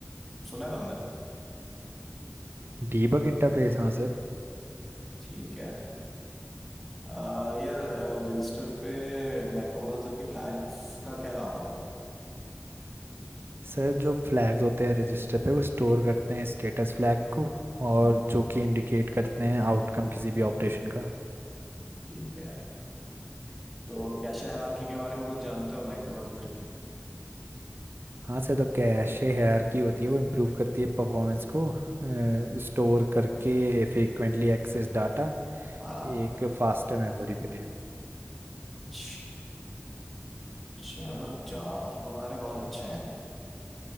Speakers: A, in the centre; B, on the right (about 55°).
A: सुना है तुमने
B: डीबग इंटरफेस हाँ सर
A: ठीक है अ, यार रजिस्टर पे माइक्रो प्रोसेसर के फ्लैग्स का क्या काम होता है
B: सर जो फ्लैग्स होते हैं रजिस्टर पे वो स्टोर करते हैं स्टेटस फ्लैग को और
A: हम्म।
B: जो कि इंडिकेट करते हैं आउटकम किसी भी ऑपरेशन का
A: ठीक है तो कैशे हायरार्की के बारे में कुछ जानते हो माइक्रो प्रोसेसर के
B: हाँ सर तो कैशे हायरार्की होती है वो इम्प्रूव करती है परफॉर्मेंस को स्टोर करके फ्रीक्वेंटली एक्सेस डाटा
A: हाँ
B: एक फास्टर मेमोरी पे
A: च- चलो जवाब तो तुम्हारे बहुत अच्छे हैं